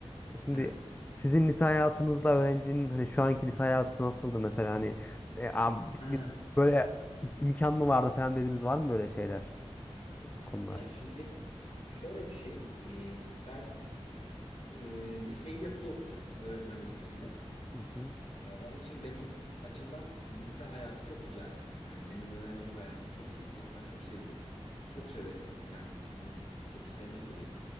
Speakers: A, on the left; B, on the left.
A: E, Şimdi
B: Evet.
A: sizin lise hayatınızla öğrencinin hani şu anki lise hayatı nasıldı mesela hani e, abi,
B: Ha.
A: bir, böyle imkan mı vardı falan dediniz var mı böyle şeyler konular?
B: Ya şimdi şöyle bir şey e, ben e, liseyi yatılı okudum öğretmen lisesinde.
A: Hı hı.
B: E, onun için benim açımdan lise hayatı çok güzeldi. Yani benim öğrencilik hayatım çok iyiydi. Ben çok seviyordum. Çok severim. Yani nasıl diyeyim çok sevmek de değil.